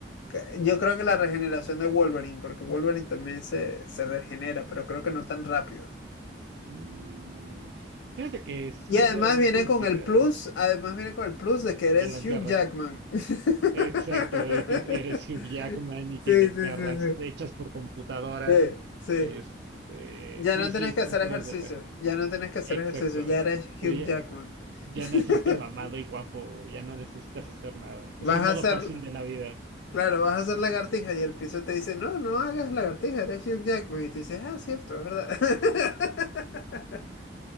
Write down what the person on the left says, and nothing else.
que- yo creo que la regeneración de Wolverine, porque Wolverine también se, se regenera, pero creo que no tan rápido.
Y además
viene
con el plus, además viene con el plus de que eres
Hugh
Jackman. <laughs>
Sí,
sí,
sí, sí.
Sí, sí.
Ya
no
tienes
que hacer
ejercicio,
ya no tienes que hacer
ejercicio, ya eres
Hugh
Jackman.
<laughs>
Vas
a hacer,
claro, vas a hacer lagartija y el piso te dice, no, no hagas lagartija, eres Hugh Jackman. Y tú dices, ah, cierto, es verdad. <laughs>